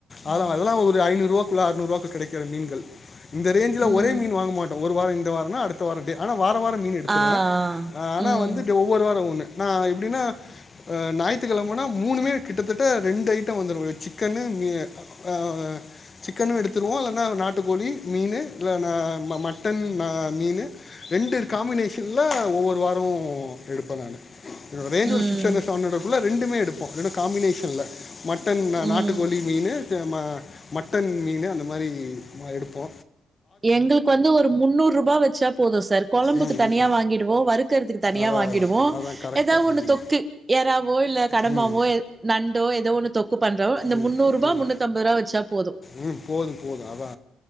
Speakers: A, on the left; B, on the right.
A: அதலா
B: ம்
A: அதெல்லா ஒரு ஐநூறுவாக்குள்ள அறுநூறுவாக்குள்ள கெடைக்குற மீ்ன்கள் இந்த ரேஞ்சுல
B: ம்
A: ஒரே மீன் வாங்க மாட்டோ ஒரு வாரொ இந்த வாரொன்னா அடுத்த வாரொ ஆனா வாரொ வாரொ மீன் எடுத்துர்வ
B: ஆ
A: ஆனா
B: ஆ ம்
A: வந்து ஒவ் வொரு வாரொ ஒண்ணு நா எப்டின்னா அ நாயித்துகெழமன்னா மூணுமே கிட்டத்தட்ட ரெண்டு ஐட்டொ வந்துரு சிக்கன்னு மீனு அ சிக்கனு எடுத்துருவோ இல்லன்னா நாட்டுக்கோழி மீனு இல்லனா மட்டன் அ மீனு ரெண்டு காமீனேஷன்ல ஒவ்வொரு வாரொ எடுப்ப நானு என்னோட ரேஞ்சு
B: ம்
A: ஒரு சிக்ஸ் அன்றட் செவன் அன்றட் குல்ல ரெண்டுமே எடுப்பொ காமினேஷன்ல மட்டன்
B: ம்
A: நாட்டு மீனு மட்டன் மீனு அந்த மாரி எடுப்போ
B: எங்களுக்கு வந்து ஒரு முன்னூறுபா வெச்சா போது சார் கொழம்புக்கு
A: ம்
B: தனியா
A: ம்.
B: வாங்கிருவோ வருக்கறதுக்கு தனியா
A: அதான்
B: வாங்கிடுவோ
A: அதான் அதான் கரெக்டு
B: எதா ஒண்ணு தொக்கு எறாவோ இல்ல கடம்பாவோ
A: ம்
B: நண்டோ ஏதோ ஒண்ணு தொக்கு பண்றோ இந்த
A: ம்
B: முன்னூறு ருபா
A: ம்
B: முன்னூதம்பதுருவா வெச்சா போது
A: ம் போது போது அதா